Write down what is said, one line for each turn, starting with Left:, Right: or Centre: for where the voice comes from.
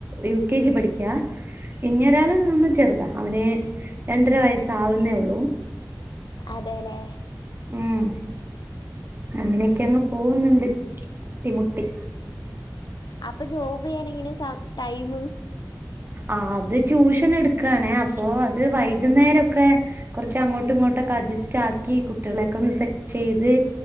Right: യു കെ ജി പഠിക്ക. ഇന്നൊരാൾ നന്ന ചെറുതാ അവന് രണ്ടര വയസ ആവുന്നേ ഉള്ളൂ.
Left: അതെലെ
Right: ഉം അങ്ങനെയൊക്കെ അങ്ങ് പോകുന്നുണ്ട് ത ട്ടിമുട്ടി.
Left: അപ്പൊ ജോബ് ചെയ്യാന എങ്ങനെ ടൈം.
Right: ആ അത്. ട്യൂഷൻഎടുക്കയാണെഅപ്പൊ അത് വൈകുന്നേരൊക്കെ കൊറച്ച് അങ്ങോട്ടും, ങ്ങോട്ടൊക്കെ അ ജസ്റ്റ് ആക്കി കുട്ടികളെ ഒക്കെന്ന്സെറ്റ് ചെയ്ത്.